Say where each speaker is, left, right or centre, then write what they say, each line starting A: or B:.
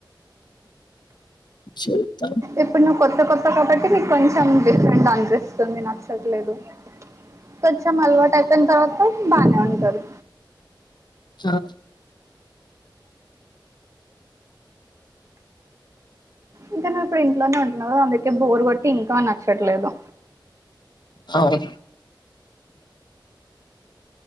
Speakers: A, on the left (about 60°); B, on the right (about 40°).
A: చూద్దాం
B: ఇప్పుడు నువ్వు కొత్త కొత్త కాబట్టి నీకు కొంచెం డిఫరెంట్ అనిపిస్తుంది నచ్చట్లేదు కొంచం అలవాటు అయిపోయిన తర్వాత బానే ఉంటది
A: ఆ
B: అంటే నువ్వు ఇప్పుడు ఇంట్లోనే ఉంటున్నావ్ కదా అందుకే బోరు కొట్టి ఇంకా నచ్చట్లేదు
A: అవును